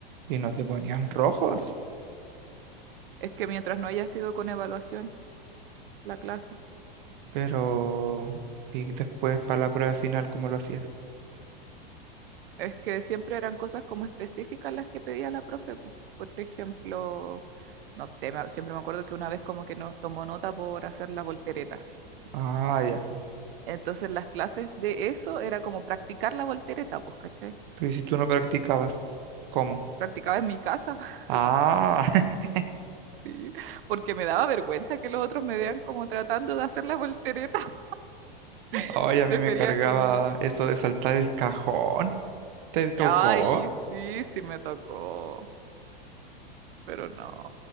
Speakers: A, on the right (about 55°); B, on the right (about 70°).
A: Y no te ponían rojos,
B: Es que mientras no haya sido con evaluación la clase.
A: pero... Y después para la prueba final, ¿cómo lo hacías?
B: Es que siempre eran cosas como específicas las que pedía la profe, po. Por ejemplo, no sé, me- siempre me acuerdo que una vez como que nos tomó nota por hacer la voltereta, así.
A: Ah, ya.
B: Entonces las clases de eso era como practicar la voltereta, pues, ¿cachai?
A: Pero ¿y si tú no practicabas? ¿Cómo?
B: Practicaba en mi casa, <laughs>
A: Ah, <laughs>
B: sí, porque me daba vergüenza que los otros me vean como tratando de hacer la voltereta. <laughs>
A: ay, a
B: Prefería
A: mí me cargaba
B: como,
A: eso de saltar el cajón. ¿Te tocó?
B: ay, sí, sí me tocó, pero no.